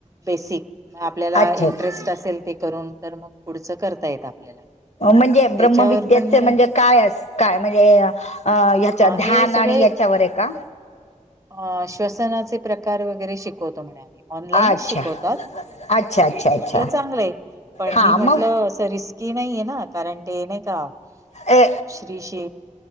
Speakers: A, on the right (about 25°); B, on the left (about 55°).
A: बेसिक आपल्याला
B: अच्छा
A: इंटरेस्ट
B: अच्छा
A: असेल ते करून तर मग पुढचं करता येत आपल्याला
B: म्हणजे
A: त्याच्यावर
B: ब्रम्मविद्याचे
A: पण म्हणे
B: म्हणजे काय असं काय म्हणजे अ ह्याच्या
A: हे
B: ध्यान
A: सगळे
B: आणि हयाच्यावर आहे का?
A: अ श्वसनाचे प्रकार वगैरे शिकवतो म्हणे ऑनलाईनच
B: अच्छा
A: शिकवतात
B: अच्छा अच्छा अच्छा
A: म्हटलं चांगलंय. पण
B: हा
A: मी म्हटलं
B: मग
A: असं रिस्की नाहीे ना कारण ते नाही का
B: ऐ
A: श्री श्री